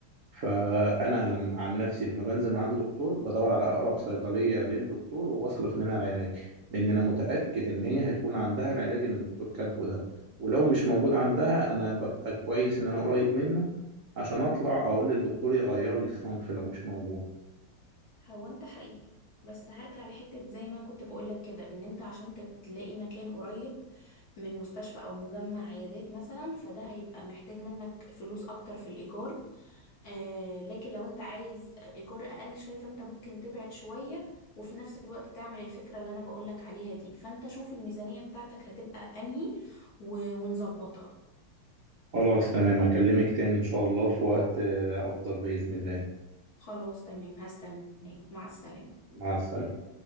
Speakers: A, on the right; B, on the left.
A: فانا لما عن نفسي لما بنزل من عند دكتور بدور على اقرب صيدليه للدكتور وبصرف منها العلاج لان انا متاكد ان هي هتكون عندها العلاج اللي الدكتور كاتبه ده ولو مش موجود عندها انا ببقى كويس ان انا قريب منه عشان اطلع اقول للدكتور يغير لي الصنف لو مش موجود
B: هو انت حقيقي بس هرجع لحتة زي ما كنت بقولك كده ان انت عشان تب- تلاقي مكان قريب من مستشفى او مجمع عيادات مثلا فده هيبقى محتاج منك فلوس اكتر في الايجار آه لكن لو انت عايز ايجار اقل شوية فانت ممكن تبعد شوية وفي نفس الوقت تعمل الفكرة اللي انا بقولك عليها دي فانت شوف الميزانية بتاعتك هتبقى انهي و- ونظبطها
A: خلاص تمام اكلمك تاني ان شاء الله في وقت آه، افضل باذن الله
B: خلاص تمام هستناك مع السلامة
A: مع السلامه